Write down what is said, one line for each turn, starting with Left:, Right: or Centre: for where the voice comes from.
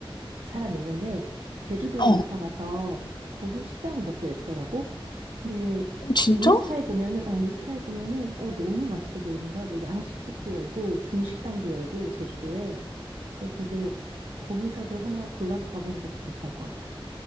Right: 그 사람 있는데, 제주도로
Left: 어,
Right: 이사 가서 거기 식당을 몇 개 냈더라고? 근데
Left: 어, 진짜?
Right: 그 인스타에 보면은, 어, 인스타에 보면은, 어, 너무 맛있어 보이는 거야. 뭐 양식집도 열고, 중식당도 열고, 제주도에. 근데 되게 거기서도 하나 골라서 가보는 것도 괜찮을 것 같아.